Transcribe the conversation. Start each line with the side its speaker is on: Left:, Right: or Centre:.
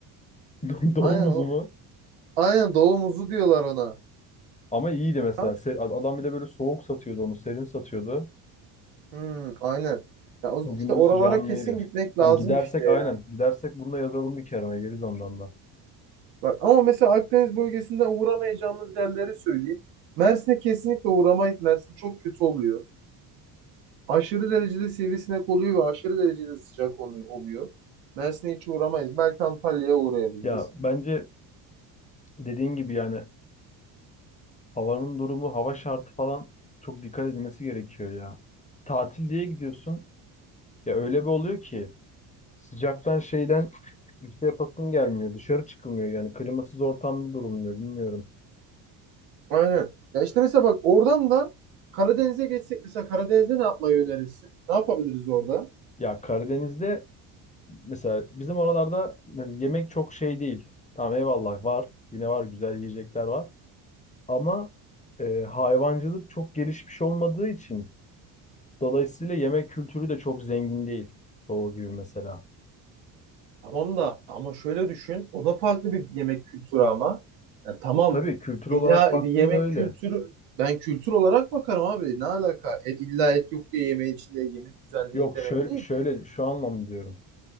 Left: <laughs> Doğum
Right: Aynen
Left: uzumu.
Right: o. Aynen doğu muzu diyorlar ona.
Left: Ama iyiydi mesela.
Right: Kanka.
Left: Se- Adam bir de böyle soğuk satıyordu onu. Serin satıyordu.
Right: Hmm, aynen. Ya o-
Left: O
Right: işte
Left: günün
Right: oralara
Left: sıcağını
Right: kesin
Left: eriyor.
Right: gitmek lazım
Left: Tamam gidersek
Right: işte ya.
Left: aynen. Gidersek bunu da yazalım bir kenara. Geliriz ondan da.
Right: Bak ama mesela Akdeniz bölgesinden uğramayacağımız yerleri söyleyeyim. Mersin'e kesinlikle uğramayız. Mersin çok kötü oluyor. Aşırı derecede sivrisinek oluyor ve aşırı derecede sıcak olu- oluyor. Mersin'e hiç uğramayız. Belki Antalya'ya uğrayabiliriz.
Left: Ya bence dediğin gibi yani havanın durumu, hava şartı falan çok dikkat edilmesi gerekiyor ya. Tatil diye gidiyorsun. Ya öyle bir oluyor ki sıcaktan şeyden bir şey yapasın gelmiyor. Dışarı çıkılmıyor yani. Klimasız ortamda durulmuyor. Bilmiyorum.
Right: Aynen. Ya işte mesela bak oradan da Karadeniz'e geçsek mesela Karadeniz'de ne yapmayı önerirsin? Ne yapabiliriz orada?
Left: Ya Karadeniz'de mesela bizim oralarda yani yemek çok şey değil. Tamam eyvallah var. Yine var güzel yiyecekler var. Ama e, hayvancılık çok gelişmiş olmadığı için dolayısıyla yemek kültürü de çok zengin değil. Doğu gibi mesela.
Right: Tamam da ama şöyle düşün. O da farklı bir yemek kültürü ama. Ya tamam.
Left: E, Tabii kültür
Right: İlla
Left: olarak baktığında
Right: bir yemek
Left: öyle.
Right: kültürü ben kültür olarak bakarım abi. Ne alaka? E, illa et yok diye yemeği içinde yemek güzel değil
Left: Yok
Right: demek
Left: şöyle,
Right: değil.
Left: şöyle
Right: ki.
Left: şu anlamda diyorum.